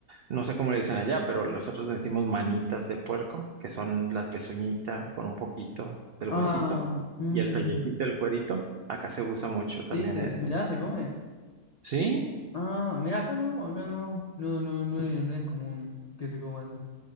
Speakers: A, on the right (about 80°); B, on the left (about 60°).
A: no sé cómo le dicen allá, pero nosotros le decimos manitas de puerco, que son la pezuñita con un poquito del
B: ah,
A: huesito
B: mm,
A: y el pellejito, el cuerito. Acá se usa mucho también
B: sí, se,
A: eso.
B: mirá, se come.
A: ¿Sí?
B: Ah, mirá, acá no, acá no. No, no, no es, no es común que se coma eso.